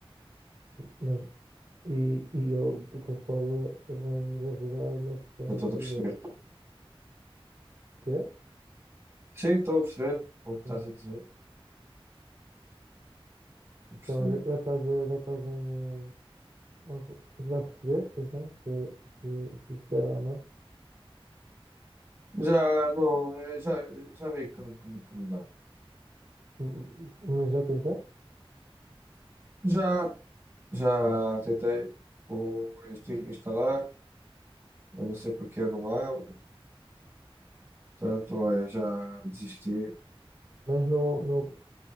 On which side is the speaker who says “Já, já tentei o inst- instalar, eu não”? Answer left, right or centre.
Right